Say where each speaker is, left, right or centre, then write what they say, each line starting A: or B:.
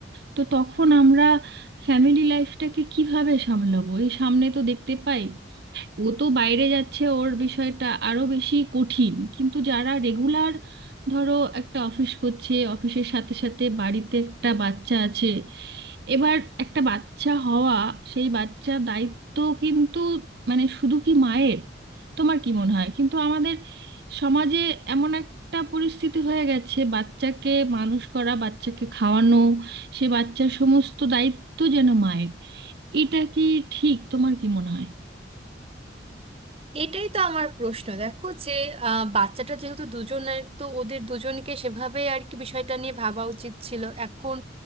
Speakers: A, on the right; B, on the right.
A: তো তখন আমরা ফ্যামিলি লাইফটাকে কিভাবে সামলাবো এই সামনে তো দেখতে পাই ও তো বাইরে যাচ্ছে ওর বিষয়টা আরো বেশি কঠিন কিন্তু যারা রেগুলার ধরো একটা অফিস করছে অফিসের সাথে সাথে বাড়িতে একটা বাচ্চা আছে এবার একটা বাচ্চা হওয়া সেই বাচ্চার দায়িত্ব কিন্তু মানে শুধু কি মায়ের তোমার কি মনে হয় কিন্তু আমাদের সমাজে এমন একটা পরিস্থিতি হয়ে গেছে বাচ্চাকে মানুষ করা বাচ্চাকে খাওয়ানো সে বাচ্চার সমস্ত দায়িত্ব যেন মায়ের এটা কি ঠিক তোমার কি মনে হয়
B: এটাই তো আমার প্রশ্ন দেখো যে আহ, বাচ্চাটা যেহেতু দুজনের তো ওদের দুজনকে সেভাবে আর কি বিষয়টা নিয়ে ভাবা উচিত ছিল এখন